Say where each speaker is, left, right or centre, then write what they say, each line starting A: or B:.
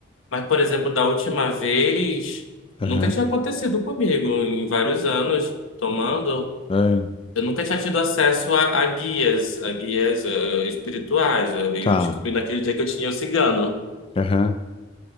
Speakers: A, on the left; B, on the left.
A: Mas, por exemplo, da última vez, nunca
B: Aham.
A: tinha acontecido comigo em vários anos tomando.
B: Aham.
A: Eu nunca tinha tido acesso a, a guias, a guias eh, espirituais. Eu eu
B: Tá.
A: descobri naquele dia que eu tinha o cigano.
B: Aham.